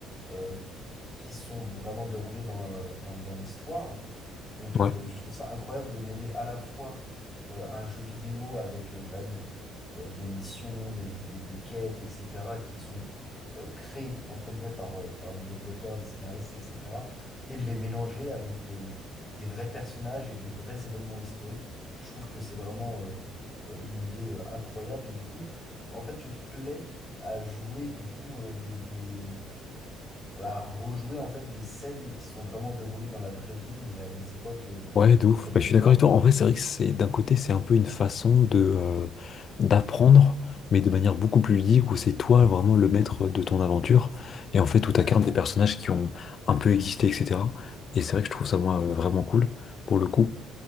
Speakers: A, on the left (about 20°); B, on the left (about 40°).
A: euh, qui sont vraiment déroulés dans le- dans- dans l'histoire. Donc,
B: Ouais.
A: euh, je trouve ça incroyable de mêler à la fois euh, un jeu vidéo avec euh, quand même euh, des missions, des, des- des quêtes, etc., qui sont euh, créées, entre guillemets, par, euh, par des développeurs, des scénaristes, etc., et de les mélanger avec euh, des vrais personnages et des vrais événements historiques. Je trouve que c'est vraiment euh, euh, une idée euh, incroyable. Et du coup, en fait, tu te plais à jouer, du coup, euh, des, des- à rejouer en fait des scènes qui sont vraiment déroulées dans la vraie vie, mais à des époques euh,
B: Ouais, de ouf.
A: bah, tellement
B: Bah, je
A: différentes.
B: suis d'accord avec toi.
A: On
B: En
A: peut...
B: vrai, c'est vrai que c'est d'un côté, c'est un peu une façon de euh, d'apprendre, mais de manière beaucoup plus ludique, où c'est toi vraiment le maître de ton aventure. Et en fait,
A: Exactement.
B: où t'incarnes des personnages qui ont un peu existé, etc. Et c'est vrai que je trouve ça, moi, euh, vraiment cool, pour le coup.